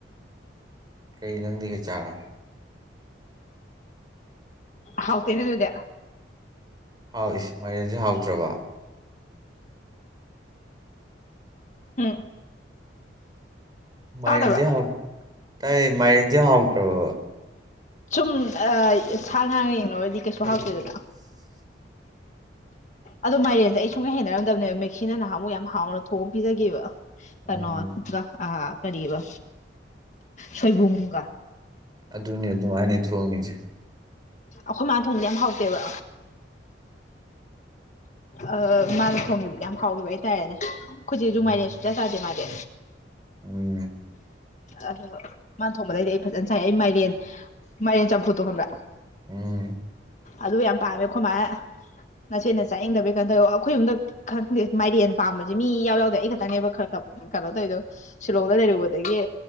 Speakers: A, on the right; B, on the left.
A: ꯀꯔꯤ ꯅꯪꯗꯤ ꯀꯩ ꯆꯥꯔ
B: ꯍꯥꯎꯇꯦꯅꯦ ꯑꯗꯨꯗꯤ
A: ꯍꯥꯎ ꯏꯁ ꯃꯥꯏꯔꯦꯟꯁꯦ ꯍꯥꯎꯇ꯭ꯔꯕ
B: ꯎꯝ
A: ꯃꯥꯏꯔꯦꯟꯖꯦ
B: ꯇꯥꯗꯕ꯭ꯔꯥ
A: ꯍꯥꯎ ꯇꯥꯏꯌꯦ ꯃꯥꯏꯔꯦꯟꯖꯦ ꯍꯥꯎꯇ꯭ꯔꯕꯕ
B: ꯁꯨꯝ ꯑꯥ ꯁꯥ ꯉꯥꯒ ꯌꯦꯡꯅꯔꯨꯔꯗꯤ ꯀꯩꯁꯨ ꯍꯥꯎꯇꯦꯗꯅ ꯑꯗꯣ ꯃꯥꯏꯔꯦꯟꯁꯦ ꯑꯩ ꯁꯨꯡꯍꯩ ꯍꯩꯅꯔꯝꯗꯕꯅꯦꯕ ꯃꯦꯛꯁꯤꯅ ꯅꯍꯥꯟꯃꯨꯛ ꯌꯥꯝ ꯍꯥꯎꯅ ꯊꯣꯡꯑ ꯄꯤꯖꯒꯤꯕ ꯀꯩꯅꯣꯒ
A: ꯎꯝ
B: ꯑ ꯀꯔꯤꯕ ꯁꯣꯏꯕꯨꯝꯒ
A: ꯑꯗꯨꯅꯤ ꯑꯗꯨꯃꯥꯏꯅꯅꯤ ꯊꯣꯡꯉꯤꯖꯦ
B: ꯑꯈꯣꯏ ꯃꯥꯅ ꯊꯣꯡꯕꯗꯤ ꯌꯥꯝ ꯍꯥꯎꯇꯦꯕ ꯑ ꯃꯥꯅ ꯊꯣꯡꯉꯤꯕꯗꯤ ꯌꯥꯝ ꯍꯥꯎꯒꯤꯕ ꯍꯥꯏꯇꯥꯔꯦꯅꯦ ꯑꯈꯣꯏꯆꯦꯖꯨ
A: ꯎꯝ
B: ꯃꯥꯏꯔꯦꯟ ꯁꯨꯡꯆꯥꯥ ꯆꯥꯗꯦ ꯃꯥꯗꯤ
A: ꯎꯝ
B: ꯑ ꯃꯥꯟ ꯊꯣꯡꯕꯗꯩꯗꯤ ꯑꯩ ꯐꯖꯅ ꯆꯥꯏ ꯑꯩ ꯃꯥꯏꯔꯦꯟ ꯃꯥꯏꯔꯦꯟ ꯆꯝꯐꯨꯠꯇꯣ ꯈꯪꯕ꯭ꯔꯥ
A: ꯎꯝ
B: ꯑꯗꯨ ꯌꯥꯝ ꯄꯥꯝꯃꯦ ꯑꯈꯣꯏ ꯃꯥꯅ ꯅꯆꯦꯅ ꯆꯥꯅꯤꯡꯗꯕꯩ ꯀꯩꯅꯣ ꯇꯧ ꯑꯈꯣꯏ ꯌꯨꯝꯗ ꯈꯪꯗꯦ ꯃꯥꯏꯔꯦꯟ ꯄꯥꯝꯕꯁꯦ ꯃꯤ ꯏꯌꯥꯎ ꯌꯥꯎꯗꯦ ꯑꯩ ꯈꯛꯇꯅꯦꯕ ꯈꯔ ꯈꯔ ꯀꯩꯅꯣ ꯇꯧꯋꯤꯗꯣ ꯁꯤꯂꯣꯡꯗ ꯂꯩꯔꯨꯕꯗꯒꯤ